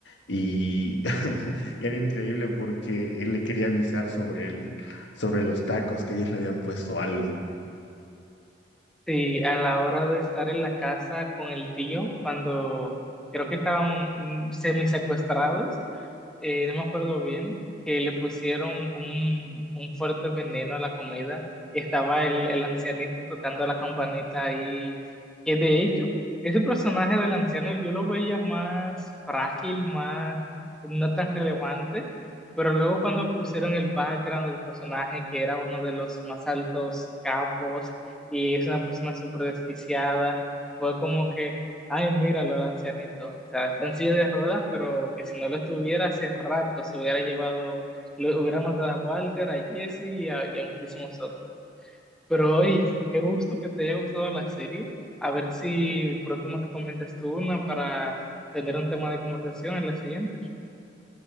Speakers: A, on the left; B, in the centre.
A: y <laughs> era increíble porque él le quería avisar sobre el, sobre los tacos que ellos le habían puesto algo.
B: Sí, a la hora de estar en la casa con el tío, cuando creo que estaban semi secuestrados, eh, no me acuerdo bien, que le pusieron un, un fuerte veneno a la comida y estaba el, el ancianito tocando la campanita ahí, que de hecho, ese personaje del anciano yo lo veía más frágil, más no tan relevante, pero luego cuando pusieron el background del personaje, que era uno de los más altos capos y es una persona súper desquiciada, fue como que... Ay, míralo, el ancianito. O sea, está en silla de ruedas, pero que si no lo estuviera hace rato, se hubiera llevado, lo hubiera matado a Walter, a Jesse y a, y a muchísimos otros. Pero hoy, qué gusto que te haya gustado la serie. A ver si pronto me recomiendas tú una para tener un tema de conversación en la siguiente.